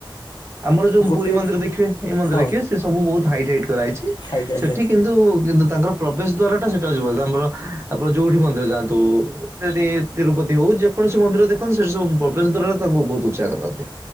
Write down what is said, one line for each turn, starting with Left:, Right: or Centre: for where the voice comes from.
Right: ଆମର ଯୋଉ
Left: ଗୋଟିଏ
Right: ପୁରୀ ମନ୍ଦିର ଦେଖିବେ, ଏଇ ମନ୍ଦିର
Left: ହଁ
Right: ଦେଖିବେ ସେ ସବୁ ବହୁତ ହାଇଟ୍ ହାଇଟ୍ କରାହେଇଛି।
Left: ଆଜ୍ଞା ଆଜ୍ଞା
Right: ସେଠି କିନ୍ତୁ, କିନ୍ତୁ ତାଙ୍କର ପ୍ରବେଶ ଦ୍ଵାରା ଟା ସେଇଟା <unintelligible> ଆମର ଆପଣ ଯୋଉଠି ମନ୍ଦିର ଯାଆନ୍ତୁ। ସେଠି ତିରୁପତି ହଉ ଯେ କୈାଣସି ମନ୍ଦିର ଦେଖନ୍ତୁ ସେଠି ସବୁ ପ୍ରବେଶ ଦ୍ୱାରା ତାଙ୍କୁ ବହୁତ ଉଚା କରନ୍ତି।